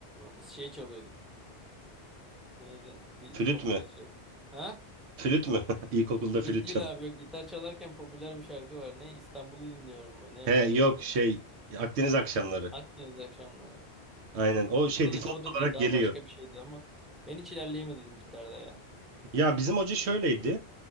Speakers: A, in the centre; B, on the right.
A: Biz şey çalıyorduk. Neydi? Bir
B: Flüt
A: popüler
B: mü?
A: şey. Ha?
B: Flüt mü? <laughs> İlkokulda
A: Evet
B: flüt
A: değil
B: çal.
A: abi. Yok, gitar çalarken popüler bir şarkı var. Ne İstanbul'u dinliyorum mu? Ne
B: He
A: öyle
B: yok
A: bir şey.
B: şey Akdeniz akşamları.
A: Akdeniz akşamları.
B: Aynen o şey
A: O
B: default
A: da, o da
B: olarak
A: değil. Daha
B: geliyor.
A: başka bir şeydi ama. Ben hiç ilerleyemediydim gitarda ya.
B: Ya bizim hoca şöyleydi.